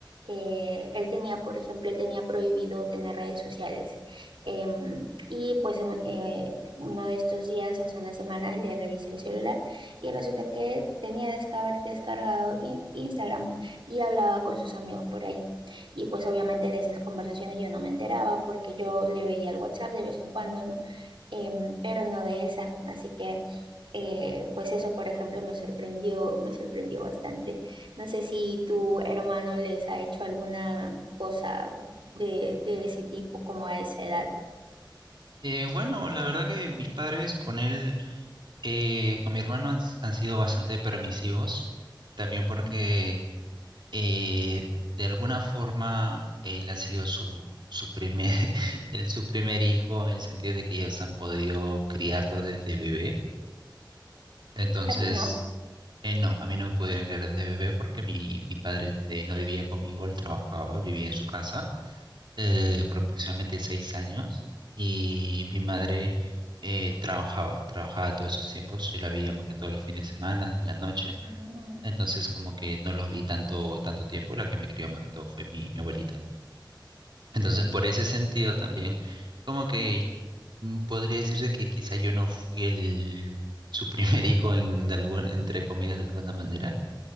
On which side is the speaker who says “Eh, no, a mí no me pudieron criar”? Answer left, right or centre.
Right